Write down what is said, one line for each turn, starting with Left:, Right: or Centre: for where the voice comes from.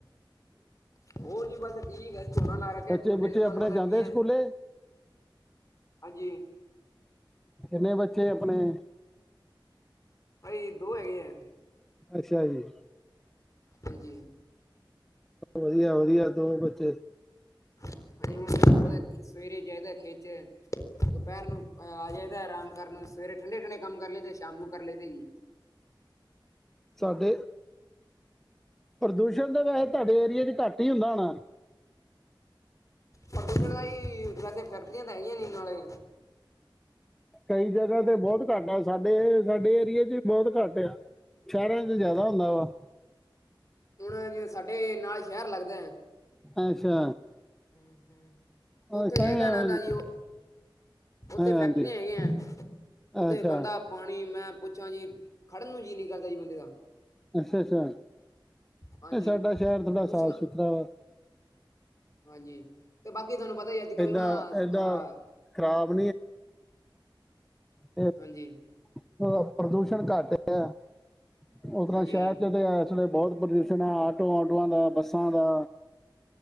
Left: ਹੋਰ ਜੀ ਬਸ ਠੀਕ ਐ, ਝੋਨਾ ਲਾ ਰੱਖਿਆ
Centre: ਬੱਚੇ
Left: ਝੋਨੇ
Centre: ਬੱਚੇ
Left: ਨੂੰ ਤੁਹਾਨੂੰ
Centre: ਆਪਣੇ
Left: ਪਤਾ
Centre: ਜਾਂਦੇ
Left: ਮੀਂ ਐ
Centre: ਸਕੂਲੇ
Left: ਹਾਂਜੀ।
Centre: ਕਿੰਨੇ ਬੱਚੇ ਆਪਣੇ?
Left: ਬਾਈ ਜੀ ਦੋ ਹੈਗੇ ਐ।
Centre: ਅੱਛਾ ਜੀ।
Left: ਹਾਂਜੀ।
Centre: ਵਧੀਆ-ਵਧੀਆਂ ਦੋ ਬੱਚੇ
Left: ਹਾਂਜੀ ਹੁਣ ਤੁਹਾਨੂੰ ਪਤਾ ਸਵੇਰੇ ਜਾਈ ਦਾ ਖੇਤ ਚ ਦੁਪਹਿਰ ਨੂੰ ਆ ਜਾਏਦਾ ਆਰਾਮ ਕਰਨ ਸਵੇਰੇ ਠੰਡੇ-ਠੰਡੇ ਕੰਮ ਕਰ ਲਈਦਾ ਸ਼ਾਮ ਨੂੰ ਕਰ ਲਈਦਾ ਜੀ।
Centre: ਸਾਡੇ, ਪ੍ਰਦੂਸ਼ਣ ਤਾਂ ਵੈਸੇ ਤੁਹਾਡੇ ਏਰੀਏ 'ਚ ਘੱਟ ਈ ਹੁੰਦਾ ਹੋਣਾ?
Left: ਪ੍ਰਦੂਸ਼ਣ ਦਾ ਹੀ ਵੈਸੇ ਫੈਕਟਰੀਆਂ ਤਾਂ ਹੈਗੀਆ ਨੀ ਨਾਲ਼ੇ।
Centre: ਕਈ ਜਗ੍ਹਾ ਤੇ ਬਹੁਤ ਘਾਟਾ ਸਾਡੇ ਸਾਡੇ ਏਰੀਏ 'ਚ ਵੀ ਬਹੁਤ ਘੱਟ ਆ, ਸ਼ਹਿਰਾਂ ਚ ਜ਼ਿਆਦਾ ਹੁੰਦਾ ਵਾ।
Left: ਹੁਣ ਜਿਵੇਂ ਸਾਡੇ ਨਾਲ਼ ਸ਼ਹਿਰ ਲੱਗਦਾ ਐ
Centre: ਅੱਛਾ ਉਹ
Left: ਉੱਥੇ
Centre: ਤਾਂ
Left: ਲੈੰਦਾ
Centre: ਹੀ ਆ,
Left: ਨਾ ਦਾ ਜੀ ਉਹ ਉੱਥੇ
Centre: ਹਾਂਜੀ
Left: ਫੈਕਟਰੀਆਂ ਹੈਗੀਆਂ, ਉੱਥੇ
Centre: ਅੱਛਾ
Left: ਗੰਦਾ ਪਾਣੀ ਮੈਂ ਪੁੱਛਾਂ ਜੀ, ਖੜਨ ਨੂੰ ਜੀਅ ਨੀ ਕਰਦਾ ਜੀ ਬੰਦੇ ਦਾ‌।
Centre: ਅੱਛਾ-ਅੱਛਾ, ਨਹੀ
Left: ਹਾਂਜੀ
Centre: ਸਾਡਾ ਸ਼ਹਿਰ ਥੋੜ੍ਹਾ
Left: ਪ੍ਰਦੂਸ਼ਣ
Centre: ਸਾਫ-ਸੁਥਰਾ ਵਾ।
Left: ਹਾਂਜੀ, ਤੇ ਬਾਕੀ ਥੋਨੂੰ ਪਤਾ ਈ ਅੱਜ ਕੱਲ੍ਹ
Centre: ਐਡਾ
Left: ਨਾ ਅਹ
Centre: ਐਡਾ ਖਰਾਬ ਤੇ ਅ,
Left: ਹਾਂਜੀ
Centre: ਪ੍ਰਦੂਸ਼ਣ ਘੱਟ ਆ। ਉਸ ਤਰ੍ਹਾਂ
Left: ਹਾਂਜੀ
Centre: ਸ਼ਹਿਰ 'ਚ ਤਾਂ ਇਸ ਵੇਲੇ ਬਹੁਤ ਪ੍ਰਦੂਸ਼ਣ ਆ ਆਟੋ ਆਟੋਆਂ ਦਾ, ਬੱਸਾਂ ਦਾ